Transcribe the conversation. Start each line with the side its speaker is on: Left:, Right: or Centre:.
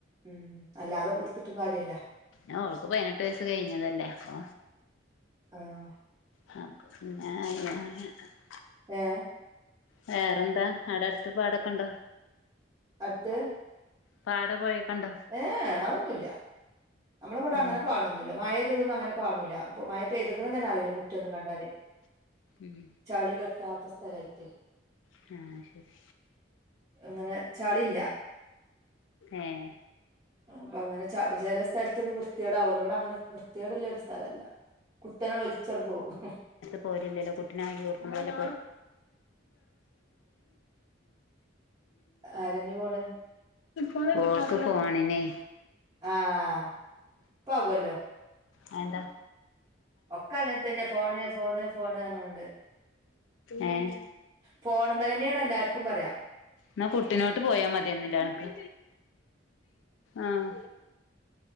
Right: ഉം അല്ലാതെ എടുത്തിട്ടും കാര്യമില്ല
Left: ആഹ് ഓൾക്ക് പതിനെട്ട് വയസ്സ് കഴിഞ്ഞതല്ലേ അപ്പൊ
Right: ആഹ്
Left: അഹ് പിന്നെ <unintelligible>
Right: ഏഹ്
Left: വേറെന്താ ആട അടുത്ത് പാടൊക്കെ ഇണ്ടാ
Right: അത്ത്
Left: പാട പോയേക്കണ്ടോ
Right: ഏഹ് അതൊന്നുല്ല നമ്മള ഇവിടെ ഏഹ് അതൊന്നൂല നമ്മളെ വീട്
Left: ഉം
Right: അങ്ങനെ കാണൊന്നൂല്ല മഴയ്തതൊന്നും അങ്ങനെ കാണൂല്ല ഇപ്പൊ മഴ പ്പേയ്തുക്കുണു തന്നെ അറിയില്ല മുറ്റൊന്നും കണ്ടാല്
Left: ഉം
Right: ചളി കെട്ടാത്ത സ്ഥലായിട്ടെ
Left: ആഹ് അയ് ശരി
Right: അങ്ങനെ ചളില്ല
Left: ഏഹ്
Right: അപ്പൊ അങ്ങനെ ചില സ്ഥലത്തണ്ട് വൃത്തിയേടാവൂലേ ഇവടെ അങ്ങനെ വൃത്തിയേട് ള്ള ഒരു സ്ഥലം ല്ല. കുത്തന ഒലിച്ചട് പോവും
Left: പോര്ണില്ലല്ലോ കുട്ടിനയിൽ ചേർക്കുമ്പോളല്ലേ
Right: ആരഞ്ഞു പോണ്
Left: ഉമ് ഓൾക്ക് ഫോണിനെ
Right: ആഹ് ഇപ്പ ആവല്ലോ
Left: അയെന്താ
Right: ഒക്കെ അങ്ങനെ തന്നെ ഫോണ് ഫോണ് ഫോണ് പറഞ്ഞാണ്ട്
Left: ഏഹ്
Right: ഫോണ് മ്മലെന്നെ എല്ലാർക്കും പറയാം
Left: ന്നാ കുട്ടിനോട്ട് പോയാ മതിയാന്നില്ലേ അണക്ക് ആഹ്